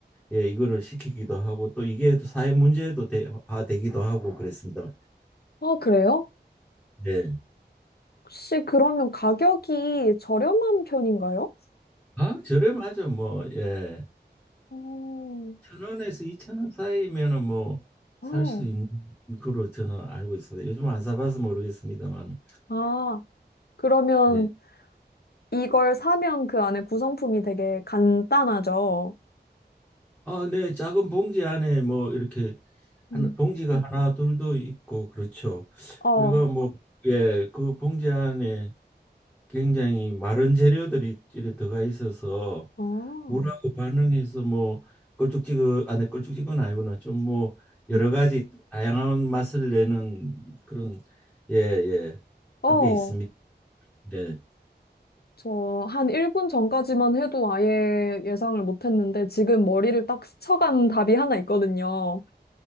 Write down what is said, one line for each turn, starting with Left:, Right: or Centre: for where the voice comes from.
Centre: 예, 이거를 시키기도 하고 또 이게 또 사회 문제도 대, 화 되기도 하고 그랬습니다만.
Left: 아, 그래요?
Centre: 예.
Left: 혹시 그러면 가격이 저렴한 편인가요?
Centre: 아, 저렴하죠. 뭐 예.
Left: 오,
Centre: 천 원에서 이천 원 사이면은 뭐
Left: 어.
Centre: 살 수 있는 거로 저는 알고 있습니다. 요즘 안 사봐서 모르겠습니다만.
Left: 아, 그러면
Centre: 네.
Left: 이걸 사면 그 안에 구성품이 되게 간단하죠?
Centre: 아, 네. 작은 봉지 안에 뭐 이렇게 하나,
Left: 음.
Centre: 봉지가 하나 둘도 있고 그렇죠.
Left: 어,
Centre: 그리고 뭐 예, 그 봉지 안에 굉장히 마른 재료들이 이렇게 들어가 있어서
Left: 어.
Centre: 물하고 반응해서 뭐 껄쭉지근 안에 껄쭉지근 아니구나 좀 뭐 여러
Left: 음.
Centre: 가지 다양한 맛을 내는 그런 예 예
Left: 어,
Centre: 그게 있습니다. 네.
Left: 저 한 1분 전까지만 해도 아예 예상을 못했는데 지금 머리를 딱 스쳐간 답이 하나 있거든요.